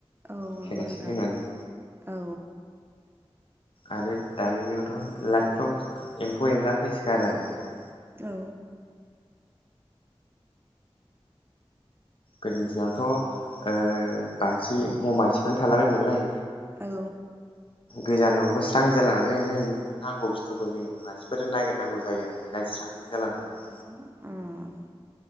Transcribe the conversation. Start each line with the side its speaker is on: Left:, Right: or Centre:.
Right: औ
Left: केरासिन
Right: नंगौ नोंथां
Left: होनानै
Right: औ
Left: आरो दानि जुगावथ' लादफ्राव एम्फौ एनला फैसिगारो आरो नोंथां
Right: औ
Left: गोदोनि दिनावथ' बाथि मममाथिफोरनो थालाबायोमोन नालाय
Right: औ अ
Left: गोजानाव बोसोर स्रां जाला लोंनोनो नांगौ बुस्थुखौ जोङो मासिफोर नागिरनांगौ जायो आरो लायस्रां जाला नालाय
Right: ओम